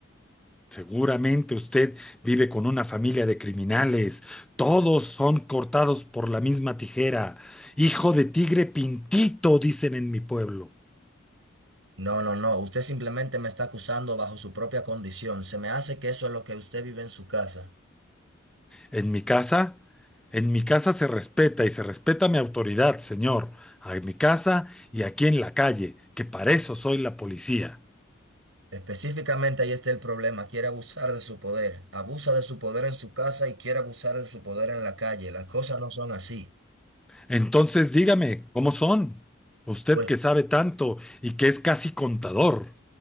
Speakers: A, in the centre; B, on the right.
A: Seguramente usted vive con una familia de criminales. Todos son cortados por la misma tijera. Hijo de tigre pintito, dicen en mi pueblo.
B: No, no, no. Usted simplemente me está acusando bajo su propia condición. Se me hace que eso es lo que usted vive en su casa.
A: En mi casa, en mi casa se respeta y se respeta mi autoridad, señor, en mi casa y aquí en la calle, que para eso soy la policía.
B: Específicamente ahí está el problema. Quiere abusar de su poder. Abusa de su poder en su casa y quiere abusar de su poder en la calle. Las cosas no son así.
A: Entonces dígame, ¿cómo son? Usted
B: Pues,
A: que sabe tanto y que es casi contador.